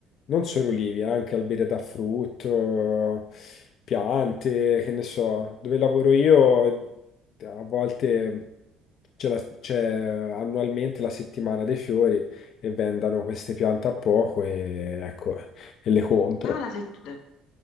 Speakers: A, on the left; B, on the left.
A: non solo olivi, anche alberi da frutto, piante, che ne so. Dove lavoro io, a volte c'è la- c'è annualmente la settimana dei fiori e vendano queste piante a poco e, ecco, e le compro.
B: Ah, la settimana,